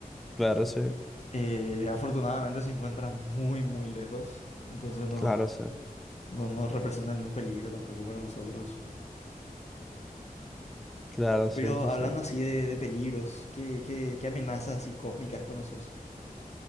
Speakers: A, in the centre; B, on the left (about 45°).
A: Claro, sí.
B: Eh, afortunadamente se encuentra muy, muy lejos, entonces no,
A: Claro, sí.
B: no, no representa ningún peligro tampoco para nosotros.
A: Claro, sí,
B: Pero
A: sí,
B: hablando
A: sí.
B: así de, de peligros, ¿qué, qué, qué amenazas así cósmicas conoces?